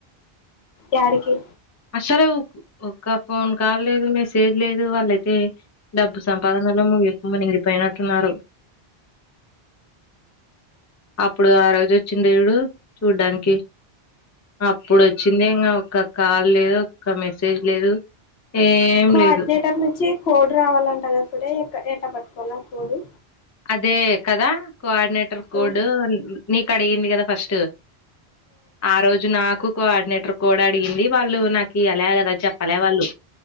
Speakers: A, on the left (about 75°); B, on the left (about 30°).
A: యాడికి
B: సరే ఒక ఫోన్ కాల్ లేదు మెసేజ్ లేదు వాళ్ళయితే డబ్బు సంపాదనలో మునిగి మునిగి పోయినట్టున్నారు అప్పుడు ఆ రోజు వచ్చింది చూడు చూడ్డానికి అప్పుడు వచ్చిందే ఇంక ఒక్క కాల్ లేదు ఒక్క మెసేజ్ లేదు ఏం
A: కా
B: లేదు
A: అట్నేటర్ నుంచి కోడు రావాలంట కదా సూరి ఇక ఎట్ట పట్టుకోవాలి కోడు
B: అదే కదా కోఆర్డినేటర్ కోడ్
A: ఆ
B: నీకు అడిగింది కదా ఫస్టు ఆ రోజు నాకు కోఆర్డినేటర్ కోడ్ అడిగింది వాళ్ళు నాకు అలా కదా చెప్పలే వాళ్ళు